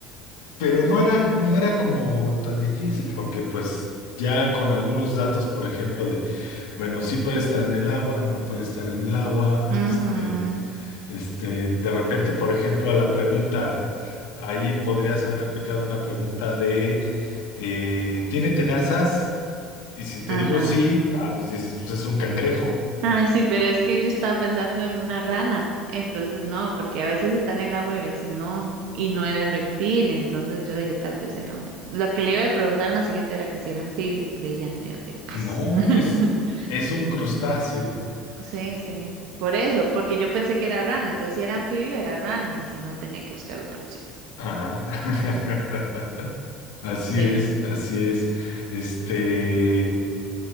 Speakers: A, on the left; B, on the right.
A: Pero no era, no era como tan difícil, porque pues ya con algunos datos, por ejemplo, de, bueno, sí puede estar en el agua, no puede estar en el agua,
B: Ujú,
A: este, este, de repente, por ejemplo, a la pregunta, ahí podrías haber aplicado una pregunta de, eh, ¿tiene tenazas? Y si te
B: Ajá.
A: digo sí, ah, pues dices, pues es un cangrejo.
B: Ay, sí, pero es que yo estaba pensando en una rana, entonces no, porque a veces está en el agua y a veces no, y no era el reptil, entonces yo dije, tal vez era una. Lo que le iba a preguntar en la siguiente era que si era anfibio, pero ahí ya no me dio tiempo.
A: No,
B: <laughs>
A: es, es un crustáceo.
B: Sí, sí, por eso, porque yo pensé que era rana, entonces si era anfibio era rana, y si no tenía que buscar otra opción.
A: Ajá. <laughs> Así
B: Sí,
A: es, así es. Este,